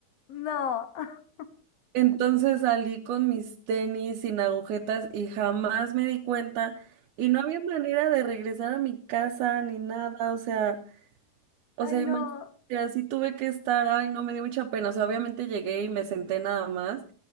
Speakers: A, on the left; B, on the right.
A: No, <laughs>
B: Entonces salí con mis tenis sin agujetas y jamás me di cuenta y no había manera de regresar a mi casa ni nada, o sea, o
A: ay,
B: sea,
A: no,
B: imagínate, así tuve que estar, ay, no me dio mucha pena, o sea, obviamente llegué y me senté nada más.